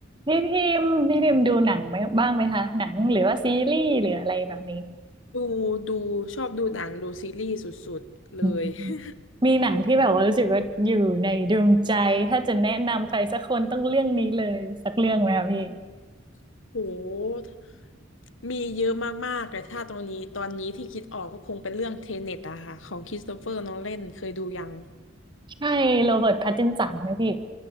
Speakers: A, on the right (about 25°); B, on the left (about 85°).
A: พี่พิมพ์พี่พิมพ์ดูหนังไหมบ้างไหมคะหนังหรือว่าซีรีส์หรืออะไรแบบนี้
B: ดูดูชอบดูหนังดูซีรีส์สุดๆเลย
A: อืม
B: <laughs>
A: มีหนังที่แบบว่ารู้สึกว่าอยู่ในดวงใจถ้าจะแนะนำใครสักคนต้องเรื่องนี้เลยสักเรื่องไหมคะพี่
B: โหมีเยอะมากๆแต่ถ้าตอนนี้ตอนนี้ที่คิดออกก็คงเป็นเรื่องเทเน็ตอะค่ะของคริสโตเฟอร์โนแลนเคยดูยัง
A: ใช่โรเบิร์ตแพตตินสันไหมพี่